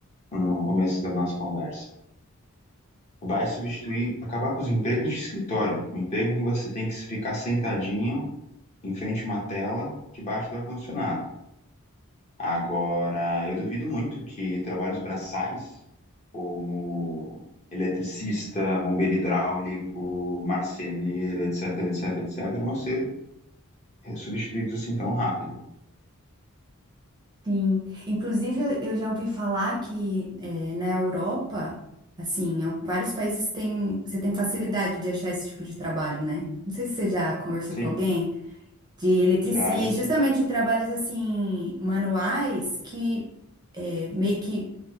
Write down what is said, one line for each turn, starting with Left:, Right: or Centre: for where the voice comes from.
Left: no começo da nossa conversa. Vai substituir, acabar com os empregos de escritório. O emprego em que você tem que ficar sentadinho em frente a uma tela debaixo do ar-condicionado. Agora, eu duvido muito que trabalhos braçais, como eletricista, bombeiro hidráulico, marceneiro, etc, etc, etc, vão ser substituídos assim tão rápido.
Right: Sim. Inclusive, eu eu já ouvi falar que É, na Europa, assim, em al- vários países têm, você tem facilidade de achar esse tipo de trabalho, né? Não sei se você já conversou
Left: Sim,
Right: com alguém de eletricista,
Left: já age assim.
Right: justamente de trabalhos assim manuais que é, meio que